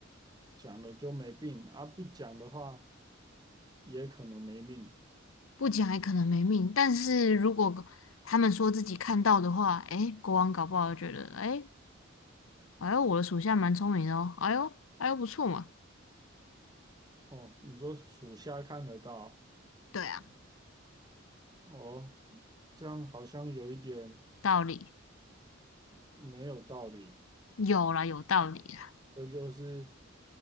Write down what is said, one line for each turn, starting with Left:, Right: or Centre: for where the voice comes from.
Right: 讲了就没病啊，不讲的话也可能没命
Left: 不讲也可能没命。但是如果他们说自己看到的话，诶，国王搞不好觉得，诶。哎呦，我的属下蛮聪明的哦。哎呦，哎呦，不错嘛，
Right: 哦。你说属下看得到
Left: 对啊，
Right: 哦，这样好像有一点
Left: 道理
Right: 没有道理。
Left: 有啦，有道理啦。
Right: 这就是